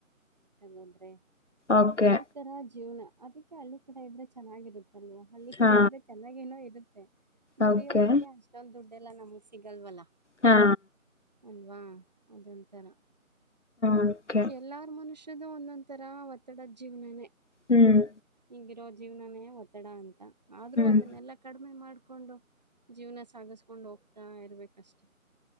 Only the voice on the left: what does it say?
ಓಕೆ
ಹಾ
ಓಕೆ
ಹಾ
ಓಕೆ
ಹ್ಮ್
ಹ್ಮ್